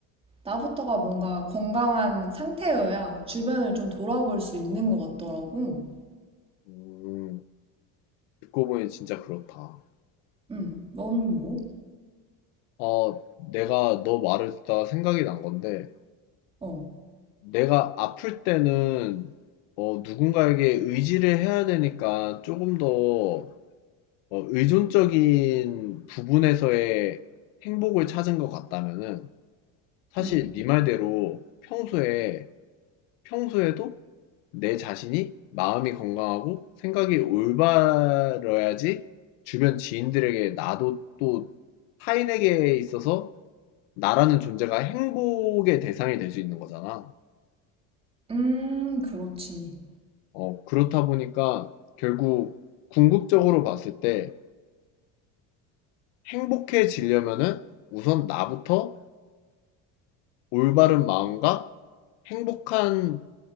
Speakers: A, on the right (about 15°); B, on the left (about 80°).
A: 나부터가 뭔가 건강한 상태여야 주변을 좀 돌아볼 수 있는 것 같더라고.
B: 음. 듣고 보니 진짜 그렇다.
A: 응, 너는 뭐?
B: 아, 내가 너 말을 듣다가 생각이 난 건데,
A: 어,
B: 내가 아플 때는 어, 누군가에게 의지를 해야 되니까 조금 더 어, 의존적인 부분에서의 행복을 찾은 것 같다면은, 사실
A: 응.
B: 네 말대로 평소에, 평소에도 내 자신이 마음이 건강하고 생각이 올바러야지 주변 지인들에게 나도 또 타인에게 있어서 나라는 존재가 행복의 대상이 될 수 있는 거잖아.
A: 음, 그렇지.
B: 어, 그렇다 보니까 결국 궁극적으로 봤을 때 행복해지려면은 우선 나부터 올바른 마음과 행복한